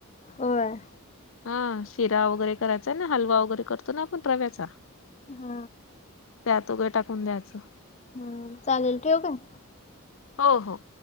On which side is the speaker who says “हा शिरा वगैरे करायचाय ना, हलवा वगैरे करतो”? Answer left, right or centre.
Left